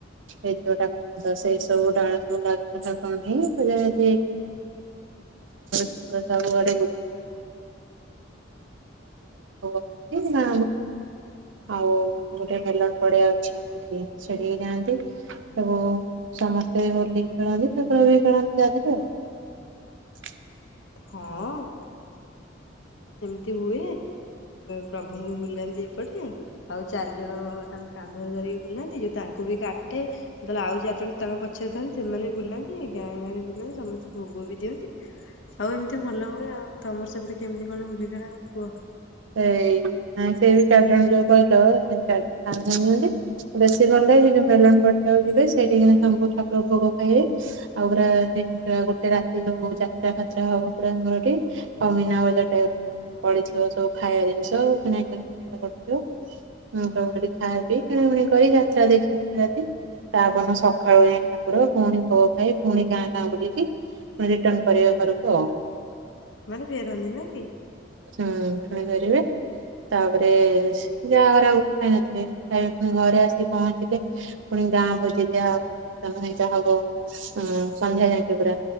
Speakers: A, on the right; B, on the left.
A: ହେଇଥିବା ସେ ସବୁ ଡାଳ ସବୁ ଲାଗିଥା କଣ ହେଇଜାର ସବୁଡେ୍ଵାରା ଓଉିନ ଆଉ ଗୋଟେ ମେଲନ ପଡିଆ ଅଛିଠି ସେଠିକି ଯଆନ୍ତି ସବୁ ସମସ୍ତେ ହୋଲି ଖେଳନ୍ତି ଠାକୁର ବି ଖେଳନ୍ତି ତା ଦେହରେ ଆଉ
B: ହଁ। ଏମିତି ହୁଏ ପ୍ରଭୁଙ୍କୁ ବୁଲାନ୍ତି ଏପଟେ ଆଉ ଚାରି ଜଣ ତାଙ୍କ କାନ୍ଧରେ ଧରି ବୁଲାନ୍ତି ଯେ ତାଙ୍କୁ ବି କାଟେହେଲେ ଆଉ ଚାରିଜଣ ତାଙ୍କ ପଛରେ ଥାନ୍ତି ସେମାନେ ବି ବୁଲାନ୍ତି ଗାଁ ଗାଁରେ ବୁଲାନ୍ତି ସମସ୍ତେ ଭୋଗ ବି ଦିଅନ୍ତି ଆଉ ଏମିତି ଭଲ ହୁଏ ଆଉ ତମର ସେପଟେ କେମିତି କଣ ହୁ କଣେ ବା କୁହ
A: ସେଇ ନାଇ ସେଇ ବି ଚାରିଜଣ ଯୋଉ କହିଲ ସେ ଚାରିଜଣ କା ହେଇ ନିନ୍ତି ବ ଗଲେଇ ଯୋଉ ମେଳା କଟା ହଉଛି ସେଇଠ ଠାକୁର ଭୋଗ ଖାଇବେ ଆଉ ପୁରା ଗୋଟେ ରାତି ଯୋଉ ଯାତ୍ରା ଫାତ୍ରା ହବ ପୁରା ଆମର ଏଠି ଆଉ ମନା ବଜାର ଟାଇ ପଡିଥିବ ସବୁ ଖାଇବା ଜିନିଷ ଆ କିଣାକିିବ ସବୁ ସେଠି ଖାଇବା ପିଇ କିଣାକିଣି କରି ଯାତ୍ରା ଦେଖିବି ରାତି ତାପ ସକାଳୁ ଯାଇ ଠାକୁର ପୁଣି ଭୋଗ ଖାଇ ପୁଣି ଗାଁ ଗାଁ ବୁଲିକି ପୁଣି ରିଟର୍ଣ କରିବା ଘରକୁ ଆଉ
B: ମାନେ ଫେର ହନ୍ତି ନା କି
A: ହୁଁ ପୁଣି ଧରିବେ ତାପରେ ଯାହାଘରେ ଆଉ ଖାଇନଥିବେ ଖାଇବେ ପୁଣି ଘରେ ଆସିିକି ପହଞ୍ଚିଲେ ପୁଣି ଗାଁ ବୋଜିେଇ ଦିଆହବ ନହେଁ ଯା ହବ ସନ୍ଧ୍ୟା ଯାଇଛ ପୁରା